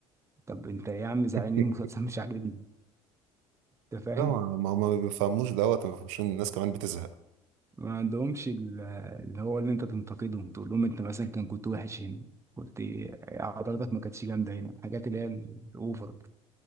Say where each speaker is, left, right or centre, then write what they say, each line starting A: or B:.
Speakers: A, on the right (about 15°); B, on the right (about 70°).
A: طب انت إيه يا عم زعلان
B: <laughs>
A: ليه المسلسل مش عاجبني انت فاهم
B: لا ما ما ما بيفهموش دوت ما بيفهموش ان الناس كمان بتزهق
A: ما عندهمش ال- اللي هو اللي انت تنتقدهم تقول لهم انت مثلا كان كنت وحش هنا كنت حضرتك ما كانتش جامده هنا الحاجات اللي هي الاوفر دي.